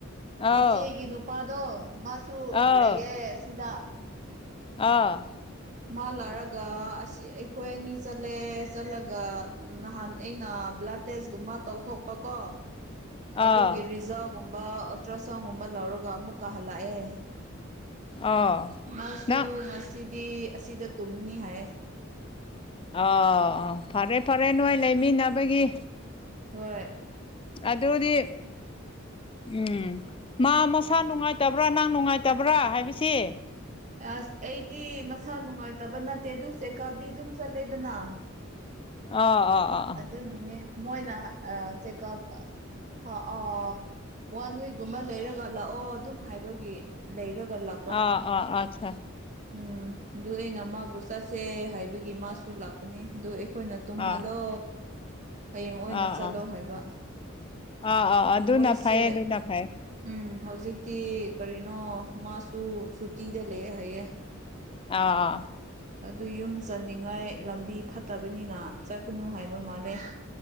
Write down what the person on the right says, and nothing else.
ꯏꯆꯦꯒꯤ ꯅꯨꯄꯥꯗꯣ ꯃꯥꯁꯨ
ꯂꯩꯌꯦ ꯑꯁꯤꯗ
ꯃꯥ ꯂꯥꯔꯒ ꯑꯁꯤ ꯑꯩꯈꯣꯏ ꯑꯅꯤ ꯆꯠꯂꯦ ꯆꯠꯂꯒ ꯅꯍꯥꯟ ꯑꯩꯅ ꯕ꯭ꯂꯥꯏ ꯇꯦꯁꯀꯨꯝꯕ ꯇꯧꯊꯣꯛꯄ ꯀꯣ ꯑꯗꯨꯒꯤ
ꯔꯤꯖꯜꯒꯨꯝꯕ ꯑꯜꯇ꯭ꯔ ꯁꯥꯎꯟꯒꯨꯝꯕ ꯂꯧꯔꯒ ꯑꯃꯨꯛ ꯀꯥ ꯍꯜꯂꯛꯑꯦ
ꯃꯥꯁꯨ
ꯉꯁꯤꯗꯤ ꯑꯁꯤꯗ ꯇꯨꯝꯒꯅꯤ ꯍꯥꯏꯌꯦ
ꯍꯣꯏ
ꯑꯁ ꯑꯩꯗꯤ ꯃꯁꯥ ꯅꯨꯡꯉꯥꯏꯇꯕ ꯅꯠꯇꯦ ꯑꯗꯨ ꯆꯦꯀꯥꯞꯗꯤ ꯑꯗꯨꯝ ꯆꯠꯂꯦꯗꯅ
ꯑꯗꯨꯒꯤꯅꯦ
ꯃꯣꯏꯅ ꯆꯦꯛꯑꯞ ꯑ ꯑ ꯋꯥꯟ ꯋꯤꯛꯀꯨꯝꯕ ꯂꯩꯔꯒ ꯂꯥꯛꯑꯣ ꯑꯗꯨꯝ ꯍꯥꯏꯕꯒꯤ ꯂꯩꯔꯒ ꯂꯥꯛꯄ
ꯎꯝ ꯑꯗꯨ ꯑꯩꯅ ꯃꯥꯕꯨ ꯆꯠꯁꯦ ꯍꯥꯏꯕꯒꯤ ꯃꯥꯁꯨ ꯂꯥꯛꯄꯅꯦ ꯑꯗꯨ ꯑꯩꯈꯣꯏꯅ ꯇꯨꯝꯍꯜꯂꯣ
ꯍꯌꯦꯡ ꯑꯣꯏꯅ
ꯆꯠꯂꯣ ꯍꯥꯏꯕ
ꯃꯣꯏꯁꯦ
ꯎꯝ ꯍꯧꯖꯤꯛꯇꯤ ꯀꯔꯤꯅꯣ ꯃꯥꯁꯨ ꯁꯨꯇꯤꯗ ꯂꯩꯑꯦ ꯍꯥꯏꯌꯦ
ꯑꯗꯨ ꯌꯨꯝ ꯆꯅꯤꯡꯉꯥꯏ ꯂꯝꯕꯤ ꯐꯠꯇꯕꯅꯤꯅ ꯆꯠꯀꯅꯨ ꯍꯥꯏꯕ ꯃꯥꯜꯂꯦ